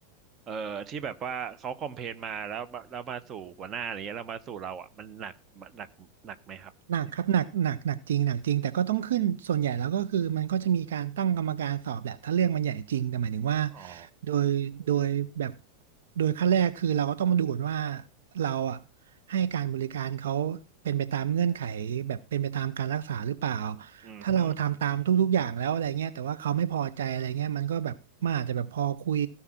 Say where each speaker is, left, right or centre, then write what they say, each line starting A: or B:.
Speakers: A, on the right; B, on the right.
A: เอ่อที่แบบว่าเขาคอมเพลมาแล้วมาแล้วมาสู่หัวหน้าอะไรเงี้ยแล้วมาสู่เราอ่ะมันหนักหนักหนักไหมครับ
B: หนักครับหนักหนักหนักจริงหนักจริงแต่ก็ต้องขึ้นส่วนใหญ่แล้วก็คือมันก็จะมีการตั้งกรรมการสอบแหละถ้าเรื่องมันใหญ่จริงแต่หมายถึงว่า
A: อ๋อ
B: โดยโดยแบบโดยขั้นแรกคือเราก็ต้องมาดูก่อนว่าเราอ่ะให้การบริการเขาเป็นไปตามเงื่อนไขแบบเป็นไปตามการรักษาหรือเปล่า
A: อือฮึ
B: ถ้าเราทำตามทุกๆอย่างแล้วอะไรเงี้ยแต่ว่าเขาไม่พอใจอะไรเงี้ยมันก็แบบมันอาจจะแบบพอคุย